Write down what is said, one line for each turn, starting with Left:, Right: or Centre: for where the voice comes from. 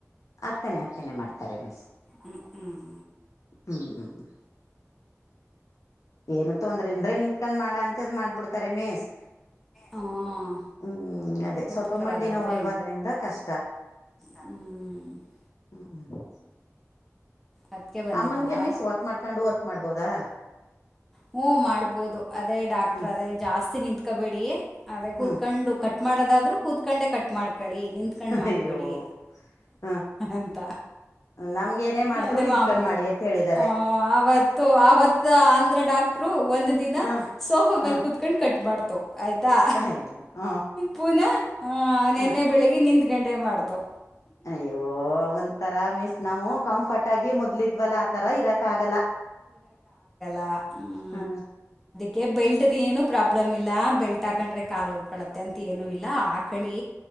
Left: ಹತ್ತನೇ ಹತ್ತನೇ ಮಾಡ್ತಾರೆ ಮಿಸ್
Centre: ಹ್ಮ್ ಹ್ಮ್
Left: ಹ್ಮ್ ಹ್ಮ್ ಏನ ತೋದ್ರ ಅಂದ್ರೆ ನಿಂತ್ಕಂಡು ಮಾಡಾ ಅಂತ್ ಮಾಡ್ಬಿಡ್ತಾರೆ ಮೇಸ್
Centre: ಹಾಂ
Left: ಹ್ಮ್ ಅದೇ
Centre: ಕೂತ್ಕೊಳ್ಳೋದಾದರೆ
Left: ಸ್ವಲ್ಪ ಮಂಡಿನೋವು ಅಲ್ವಾದ್ರಿಂದ ಕಷ್ಟ
Centre: ಹ
Left: ಹ್ಮ ಹ್ಮ್
Centre: ಅದಕ್ಕೆ ಬಂದಿದ್ರಾ
Left: ಅಮ್ಮನ್ಗೆ ಮಿಸ್ ವಾಕ್ ಮಾಡ್ಕೊಂಡು ವರ್ಕ್ ಮಾಡ್ಬೋದಾ
Centre: ಹ್ಮ ಮಾಡ್ಬೋದು ಅದೇ ಡಾಕ್ಟ್ರ
Left: ಹ್ಮ್
Centre: ಅದೇ ಜಾಸ್ತಿ ನಿತ್ಕೋಬೇಡಿ ಅದೇ ಕೂತ್ಕೊಂಡು
Left: ಹ್ಮ್
Centre: ಕಟ್ ಮಾಡದಾದ್ರೂ ಕೂತ್ಕೊಂಡೇ ಕಟ್ ಮಾಡ್ ಕಳಿ ನಿಂತ್ಕೊಂಡ್ ಮಾಡಬಿಡಿ
Left: ಅಯ್ಯೋ ಹ
Centre: ಅಂತ
Left: ನಮ್ಗೆ ಏನೇ ಮಾಡಿದ್ರು
Centre: ಅದೇ
Left: ನಿಂತ್ಕೊಂಡ್
Centre: ಮಾಮೂಲಿ
Left: ಮಾಡಿ ಅಂತ ಹೇಳಿದ್ದಾರೆ
Centre: ಹ ಅವತ್ತು ಅವತ್ತು ಅಂದ್ರ ಡಾಕ್ಟ್ರು ಒಂದ್ ದಿನ
Left: ಹ
Centre: ಸೋಫಾ ಮೇಲೆ
Left: ಹ
Centre: ಕುೂತ್ಕೊಂಡ್ ಕಟ್ ಮಾಡ್ತವ ಆಯ್ತಾ
Left: ಅಯ್ಯೋ ಹ
Centre: ಪುನಃ ಆ ನಿನ್ನೆ
Left: ಹ
Centre: ಬೆಳಿಗ್ಗೆ ನಿಂದ ಗಂಮಾಡ್ತು
Left: ಯೋ ಒಂಥರಾ ಮೀನ್ಸ್ ನಾವು ಕಂಫರ್ಟ್ ಆಗಿ ಮೊದ್ಲಿದ್ವಲ್ಲ ಆತರ ಇರಕ್ ಆಗಲ್ಲ
Centre: ದ
Left: ಹಾ
Centre: ಕ ಬೆಲ್ಟ್ದ ಏನು ಪ್ರಾಬ್ಲಮ್ ಇಲ್ಲ ಬೆಲ್ಟ್ ಹಾಕೊಂಡ್ರೆ ಕಾಾಲ ಹೋಗಿ ಕಳತ್ತೆ ಅಂತ ಏನು ಇಲ್ಲ ಆಕಳಿ